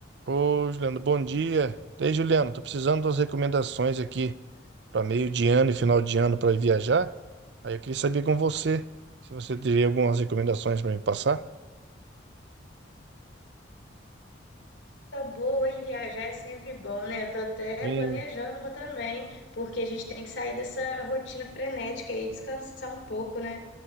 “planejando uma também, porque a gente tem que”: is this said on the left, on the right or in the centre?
Left